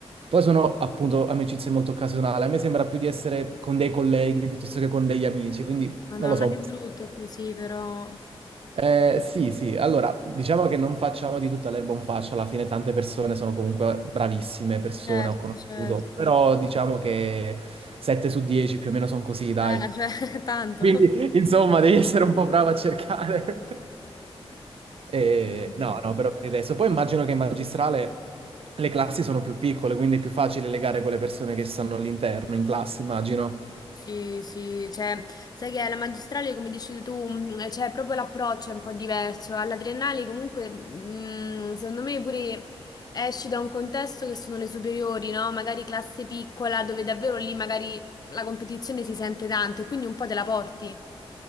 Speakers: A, on the right; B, on the left.
A: Poi sono appunto amicizie molto occasionali. A me sembra più di essere con dei colleghi piuttosto che con degli amici, quindi
B: Madonna,
A: non lo so.
B: che brutto così, però.
A: Eh, sì, sì, allora diciamo che non facciamo di tutta l'erba un fascio, alla fine tante persone sono comunque bravissime persone,
B: Certo,
A: ho conosciuto,
B: certo.
A: però diciamo che 7 su 10 più o meno sono così, dai.
B: Eh, cioè, <laughs> tanto.
A: Quindi insomma devi essere un po' bravo a cercare. <laughs> E,
B: Mamma mia.
A: no, no, però per il resto. Poi immagino che in magistrale le classi sono più piccole, quindi è più facile legare con le persone che stanno all'interno, in classe, immagino.
B: Sì, sì, cioè, sai che alla magistrale, come dici tu, mh, cioè, proprio l'approccio è un po' diverso. Alla triennale, comunque, mh, secondo me pure esci da un contesto che sono le superiori, no? Magari classe piccola, dove davvero lì magari la competizione si sente tanto e quindi un po' te la porti.